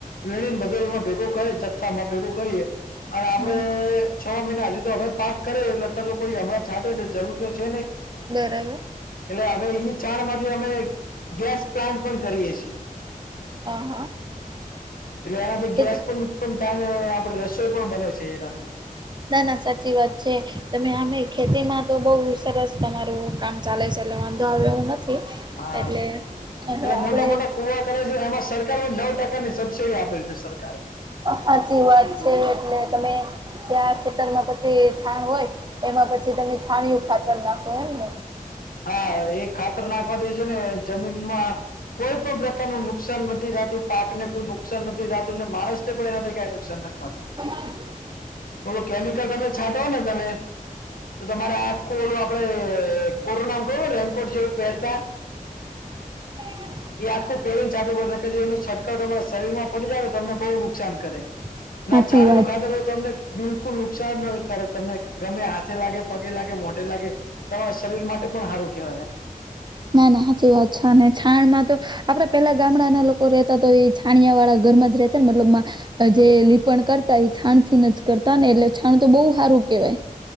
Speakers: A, on the left; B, on the right.
A: વણી મદોરીમાં ભેગો કરે જથ્થા માં ભેગો કરીએ. અને આપડણે
B: હ
A: છ મહિના હજુ તો હવે પાંક કરે એટલે અ તો કોઈ હમણાં છાડે એટલે જરૂર તો છે નહી.
B: બરાબર.
A: એટલે હવે એ છાણ માંથી અમે ગેસ પ્લાન્ટ પણ કરીએ છીએ.
B: હ હા
A: એટલે એમાંથી
B: તો
A: ગેસ પણ. પણ તને આપડે રસોઈ પણ બને છે એ નથી.
B: ના ના સાચી વાત છે તમે અમે ખેતી માં. તો બઉુ સરસ તમારું કામ ચાલે છે એટલે વાંધો આવ્યો એવું નથી.
A: હા
B: એટલે અને
A: એટલે
B: આપડે.
A: મોટા મોટા કુવા કરે છે એમાં સરકાર નવ ટકા ની સબસિડી આપેલી છે સરકારે.
B: સાચી વાત છે એટલે તમે જેં ખેતરમાં પછી છાણ હોય એમાં પછી તમે છાણયું ખાતર નાખો એમને.
A: હા એ ખાતર નાખવા દે છે ને જમીનમાં કોઈ પણ પ્રકાર ન નુકસાન નથી થતું પાક ને કોઈ નુકસાન નથી થતું ને માણસને પણ એનાથી કઈ નુકસાન નથી. તી.
B: <inaudible>
A: ઓલું કેમિકલ તમે છાંટો ને તમે તો તમારે આખું ઓલું આપડે કરનાક રેંગકોટ જીવ મેળતા.
B: હ.
A: એ આખું પેરીને છાટું પડે કે જો એનો છંટકાવ તમારા શરીર માં પડી જાય ને તમને બહુ નુકસાન કરે.
B: <inaudible>
A: ના છાણું
B: વાત
A: ખાતાર તો તો તમને બિલકુલ નુકસાન ન કરે તમને ગમે હાથે લાગે પગે લાગે મોટે લાગે તમા શરીર માટે પણ સારું કેહેવાય
B: ના ના સાચી વાત છે ને છાણ માં તો આપડે પેલા ગામડાના લોકો રહેેતા તો એ છાણિયા વાળા ઘરમાં જ રહેતા ને મતલબ. જે લીપણ કરતા એ છાણ થી ન જ કરતા ને એટલે છાણ તો બહુ સારું કેવાય.